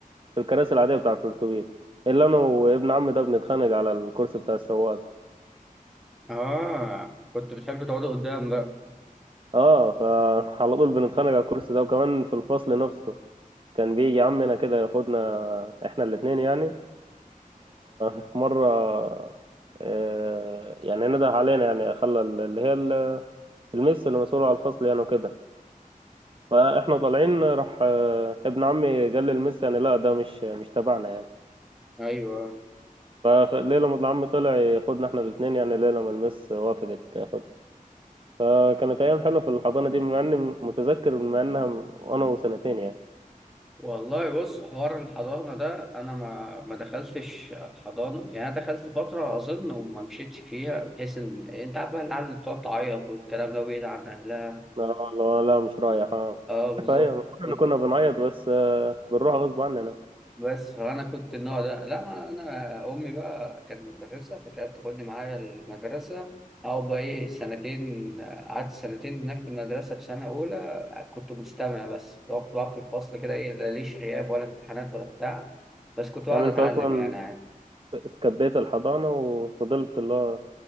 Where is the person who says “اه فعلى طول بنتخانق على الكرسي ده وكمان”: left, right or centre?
Right